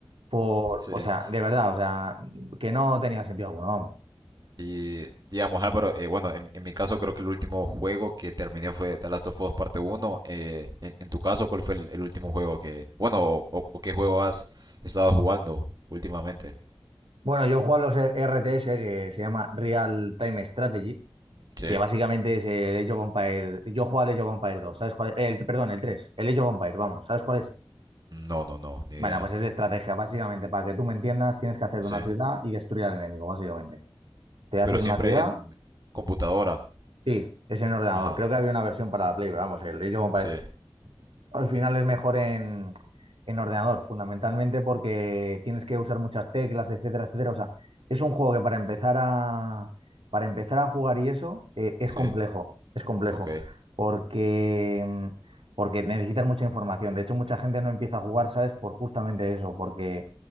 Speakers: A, on the right; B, on the right.
A: Por,
B: <laughs>
A: o sea,
B: Sí,
A: de verdad, o sea, que no tenía sentido alguno, vamos.
B: Y digamos, Álvaro, eh, bueno, en, en mi caso creo que el último juego que terminé fue The Last of Us Parte Uno Eh, en, en tu caso, ¿cuál fue el, el último juego que, bueno, o, o- o qué juego has estado jugando últimamente?
A: Bueno, yo juego a los RTS que se llama Real Time Strategy
B: Sí.
A: que básicamente es el Age of Empires. Yo juego al Age of Empires 2, ¿sabes cuál es? El, perdón, el tres el Age of Empires, vamos, ¿sabes cuál es?
B: No, no, no, ni idea.
A: Bueno, pues es de estrategia, básicamente, para que tú me entiendas, tienes que hacer
B: Sí.
A: de una ciudad y destruir al enemigo, básicamente. Te haces
B: Pero siempre
A: una ciudad,
B: en computadora.
A: sí, es en ordenador.
B: Ajá.
A: Creo que había una versión para la Play, pero vamos, el Age of Empires
B: Sí,
A: al final es mejor en, en ordenador, fundamentalmente porque tienes que usar muchas teclas, etcétera, etcétera. O sea, es un juego que para empezar a, para empezar a jugar y eso eh, es
B: sí.
A: complejo, es complejo,
B: Ok.
A: porque, porque necesitas mucha información. De hecho, mucha gente no empieza a jugar, ¿sabes? Por justamente eso, porque,